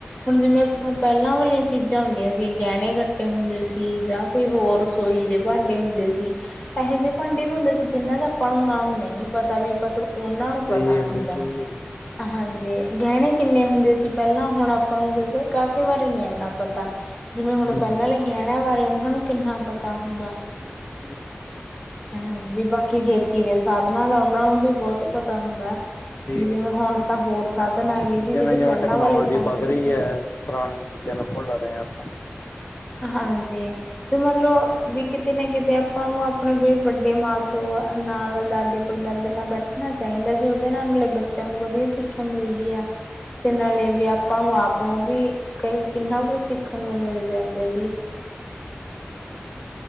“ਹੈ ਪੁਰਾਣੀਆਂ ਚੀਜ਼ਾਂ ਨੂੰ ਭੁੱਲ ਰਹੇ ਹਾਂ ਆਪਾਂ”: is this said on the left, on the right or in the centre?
Left